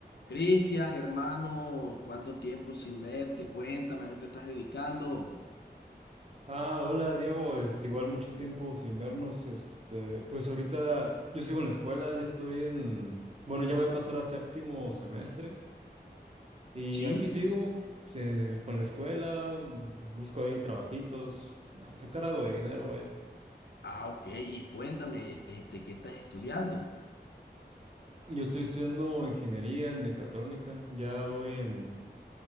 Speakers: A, on the left; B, on the right.
A: Cristian, hermano, ¿cuánto tiempo sin verte? Cuéntame, ¿a qué te estás dedicando?
B: Ah, hola Diego, este, igual mucho tiempo sin vernos, este, pues ahorita yo sigo en la escuela, ya estoy en, bueno, ya voy a pasar a séptimo semestre y
A: ¿Sí?
B: aquí sigo eh, con la escuela, busco ahí trabajitos, a sacar algo de dinero, vaya.
A: Ah, ok. Y cuéntame, este, ¿qué estás estudiando?
B: Yo estoy estudiando ingeniería en mecatrónica, ya voy en,